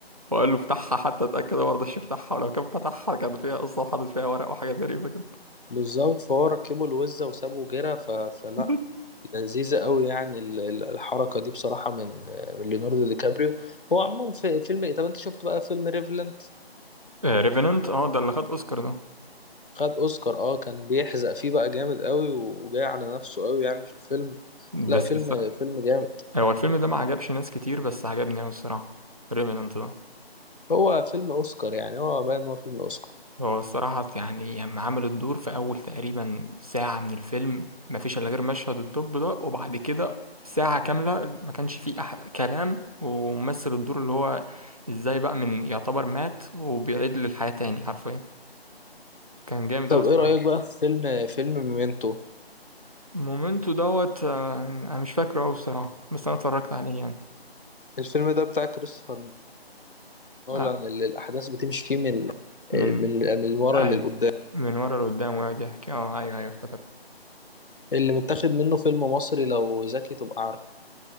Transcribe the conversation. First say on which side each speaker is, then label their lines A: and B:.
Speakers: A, on the right (about 35°); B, on the left (about 55°).
A: وقال له افتحها حتى اتأكد هو مرضاش يفتحها ولو كان فتحها كان فيها اصلا حاطط فيها ورق وحاجات غريبة كده
B: بالظبط فهو ركبوا الوزة وسابوا جرة ف- فلا
A: <laughs>
B: لذيذة قوي يعني ال- ال- الحركة دي بصراحة من من ليوناردو دي كابريو هو عموما في فيلم ايه، طب انت شفت بقى فيلم ريفلنت
A: ريفننت اه Revenant، آه، ده اللي خد اوسكار ده
B: خد اوسكار اه كان بيحزق فيه بقى جامد قوي وجاي على نفسه قوي يعني في الفيلم لا
A: بس
B: فيلم
A: بس
B: فيلم جامد
A: هو الفيلم ده ما عجبش ناس كتير بس عجبني اوي الصراحة ريفننت ده
B: هو فيلم اوسكار يعني هو باين ان هو فيلم اوسكار
A: هو الصراحة يعني لما عمل الدور في أول تقريبا ساعة من الفيلم ما فيش إلا غير مشهد الدب ده وبعد كده ساعة كاملة ما كانش فيه أح كلام وممثل الدور اللي هو إزاي بقى من يعتبر مات وبيعيد للحياة تاني حرفيا كان جامد
B: طب
A: أوي الصراحة
B: ايه رأيك بقى في فيلم فيلم ميمنتو
A: مومنتو دوت آه، أنا مش فاكره أوي الصراحة بس أنا اتفرجت عليه يعني
B: الفيلم ده بتاع كريستوفر نولان
A: آه،
B: اللي الاحداث بتمشي فيه من
A: من
B: من من ورا
A: أي
B: للقدام
A: من ورا لقدام ويقعد يحكي أه أيوه أيوه افتكرت
B: اللي متاخد منه فيلم مصري لو ذكي تبقى عارفه